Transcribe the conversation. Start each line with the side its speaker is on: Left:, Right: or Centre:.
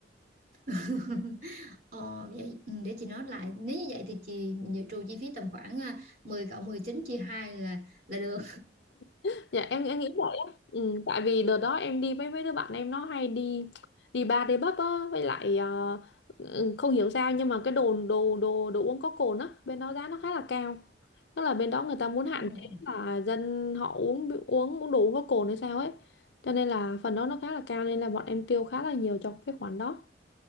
Right: <laughs> Ờ, vậy, ừ, để chị nói lại nếu như vậy thì chị mình dự trù chi phí tầm khoảng à, 10 cộng 19 chia 2 là là được
Left: <laughs> dạ em em nghĩ vậy á ừ. tại vì đợt đó em đi với mấy đứa bạn em nó hay đi đi bar đi pub á với lại ờ, ừ, không hiểu sao nhưng mà cái đồ đồ đồ đồ uống có cồn á bên đó giá nó khá là cao tức là bên đó người ta muốn hạn
Right: Ồ.
Left: chế là dân họ uống uống uống đồ uống có cồn hay sao ấy cho nên là phần đó nó khá là cao nên là bọn em tiêu khá là nhiều cho cái khoản đó